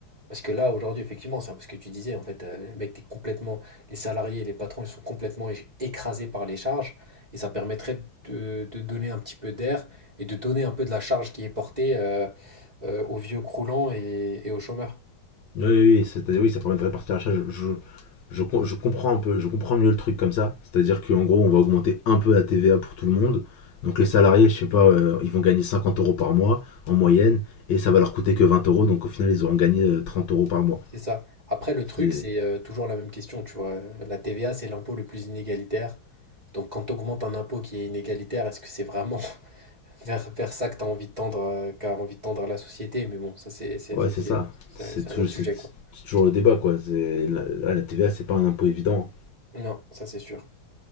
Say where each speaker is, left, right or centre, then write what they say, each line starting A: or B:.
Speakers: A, on the right (about 20°); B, on the left (about 65°).
A: Parce que là, aujourd'hui, effectivement, c'est un peu ce que tu disais, en fait, euh, les mecs, t'es complètement, les salariés et les patrons, ils sont complètement é- écrasés par les charges, et ça permettrait de, de donner un petit peu d'air et de donner un peu de la charge qui est portée euh, euh, aux vieux croulants et, et aux chômeurs.
B: Oui, oui, oui, c'est-à-dire oui, ça permet de répartir l'achat. Je, je, je, com- je comprends un peu, je comprends mieux le truc comme ça. C'est-à-dire qu'en gros, on va augmenter un peu la TVA pour tout le monde. Donc les salariés, je sais pas, euh, ils vont gagner 50 euros par mois en moyenne, et ça va leur coûter que 20 euros. Donc au final, ils auront gagné euh, 30 euros par mois.
A: C'est ça. Après, le truc,
B: C'est-
A: c'est euh, toujours la même question, tu vois. La TVA, c'est l'impôt le plus inégalitaire. Donc, quand tu augmentes un impôt qui est inégalitaire, est-ce que c'est vraiment <laughs> vers, vers ça que tu as envie de tendre, euh, qu'a envie de tendre la société? Mais bon, ça, c'est c'est-
B: Ouais,
A: c'est-
B: c'est
A: c'est-
B: ça.
A: c'est-
B: C'est
A: c'est
B: toujours
A: un autre sujet,
B: c'est-
A: quoi.
B: c'est toujours le débat, quoi. C'est- La, la TVA, c'est pas un impôt évident.
A: Non, ça, c'est sûr.